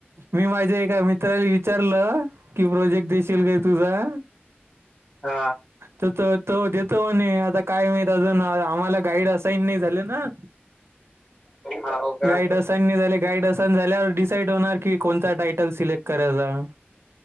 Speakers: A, on the right; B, on the left.
A: मी माझ्यां एकां मित्रांला इ विचारलं की प्रोजेक्ट देशील कायं तुझां?
B: हा
A: तरं तो देतो म्हणे आंता कायं माहित अजूंन आम्हांला गाईड असाईन नाहीं झालं नां.
B: हा हो का
A: गाईड असाईन नाहीं झाले गाईड असाईन झाल्यांवर डिसाईड होणारं की कोणंता टायटंल सिलेक्ट करायचां.